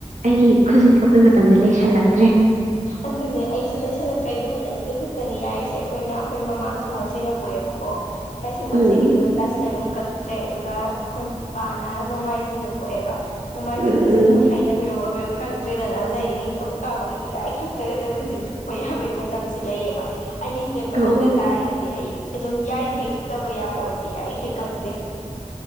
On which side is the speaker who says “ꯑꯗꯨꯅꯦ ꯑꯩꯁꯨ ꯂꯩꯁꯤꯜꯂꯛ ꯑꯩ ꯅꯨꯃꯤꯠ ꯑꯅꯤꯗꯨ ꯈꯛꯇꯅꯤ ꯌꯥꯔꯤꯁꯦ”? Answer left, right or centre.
Left